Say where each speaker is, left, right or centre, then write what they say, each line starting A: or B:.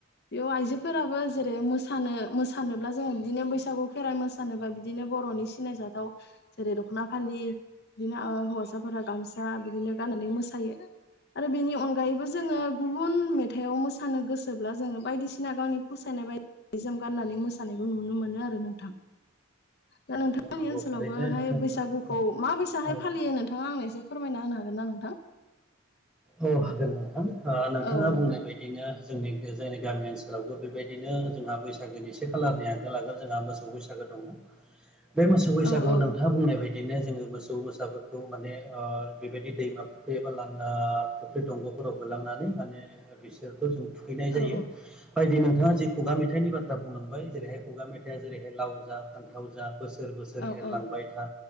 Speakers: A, on the left; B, in the centre.
A: बेयाव आइजोफोराबो जेरै मोस मोसानो अब्ला जोङो बिदिनो बैसागु खेराइ मोसानोबा बिदिनो बर'नि सिनायजाथाव जेरै दख'ना फालि बिदिनो हौवासाफोरा गामसा बिदिनो गाननानै मोसायो आरो बेनि अनगायैबो जोङो गुबुन मेथाइआव मोसानो गोसोब्ला जोङो बायदिसिना गावनि फसायनाय बायदि जि जोम गाननानै मोसानायखौ नुनो मोनो आरो नोंथां दा नोंथांनि
B: नंगौ
A: ओनसोलावबो
B: थारैनो
A: हाय बैसागुखौ
B: औ
A: माबैसाहाय
B: औ
A: फालियो नोंथाङा आंनो एसे फोरमायना होनो हागोन ना नोंथां
B: औ हागोन नोंथां नोंथाङा
A: औ
B: बुंनाय
A: नोंथां
B: बायदिनो जोंनि जोंनि गामि ओनसोलावबो बेबायदिनो जोंहा बैसागोनि एसे खालारनि आगोल आगोल जोंहा मोसौ बैसागो दङ बे मोसौ बैसागुआव
A: औ औ
B: नोंथाङा बुंनाय बायदिनो जोङो मोसौ मोसाफोरखौ माने बेबायदि दैमा फुखै एबा लाना फुख्रि दंग'फोराव हलांनानै माने बिसोरखौ जों थुखैनाय जायो
A: औ औ
B: बायदि नोंथाङा जि खगा मेथाइनि बाथ्रा बुंलांबाय जेरैहाय खुगा मेथाइआ जेरैहाय लाव जा फान्थाव जा बोसोर बोसोर बोसोर
A: औ
B: एरलांबाय
A: औ
B: था।